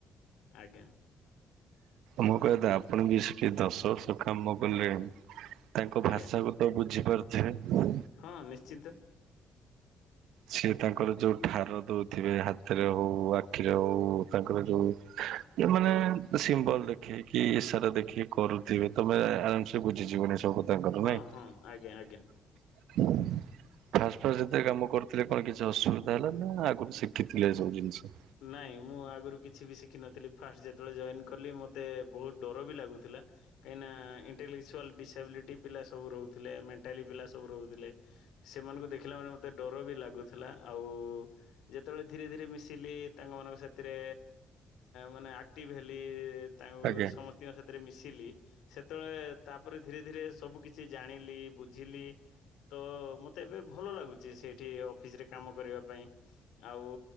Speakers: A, on the left; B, on the right.
A: ଆଜ୍ଞା।
B: ମୋ କହିଆ କଥା ଆପଣ ବି ସେ ଦଶ ବର୍ଷ କାମ କଲେ ତାଙ୍କ ଭାଷାକୁ
A: ଆଜ୍ଞା।
B: ତ ବୁଝିପାରୁିଥିବେ।
A: ହଁ ନିଶ୍ଚିନ୍ତ।
B: ସିଏ ତାଙ୍କର ଯୋଉ ଠାର ଦଉଥିବେ ହାତରେ ହଉ ଆଖିରେ ହଉ ତାଙ୍କର ଯୋଉ ଏ ମାନେ ସିମ୍ବଲ ଦେଖେ କି ଇସାରା ଦେଖେ କରୁଥିବେ ତମେ ଆରାମସେ ବୁଝିଯିବନି ସବୁ। <unintelligible>
A: ହଁ ହଁ ଆଜ୍ଞା ଆଜ୍ଞା।
B: ଫାଷ୍ଟ ଫା ଯେତେ କାମ କର ଥିଲେ କଣ କିଛି ଅସୁବିଧା ହେଲା ନା ଆଗରୁ ଶିଖିଥିଲେ ଏ ସବୁ ଜିନିଷ।
A: ନାଇଁ ମୁଁ ଆଗରୁ କିଛି ବି ଶିଖ ଶିଖି ନଥିଲ ଫାଷ୍ଟ ଯେତେବେଳେ ଜଏନ୍ କଲି ମତେ ବହୁତ ଡର ବି ଲାଗୁଥିଲା କାଇଁ ନା ଇଣ୍ଟେଲ଼, ଡିସାବିଲିଟି ପିଲା ସବୁ ରହୁଥିଲେ ମେଣ୍ଟାଲି ପିଲା ସବୁ ରହୁଥିଲେ। ସେମାନଙ୍କୁ ଦେଖିଲା ମାନ ମତେ ଡର ବି ଲାଗୁଥିଲା ଆଉ ଯେତେବେଳେ ଧୀରେ ଧୀରେ ମିଶିଲି ତାଙ୍କ ମାନକ ସାଥିରେ ମାନେ ଆକ୍ଟିଭ ହେଲି ତାଙ୍କୁ
B: ଆଜ୍ଞା
A: ସମ ପିୟର ସାଥିରେ ମିଶିଲି ସେତେବେଳେ ତାପରେ ଧୀରେ ଧୀରେ ସବୁ କିଛି ଜାଣିଲି ବୁଝିଲି ତ ମୁଁ ଏବେ ଭଲ ଲାଗୁଛି ସେଠି ଅଫିସ୍ ରେ କାମ କରିବା ପାଇଁ ଆଉ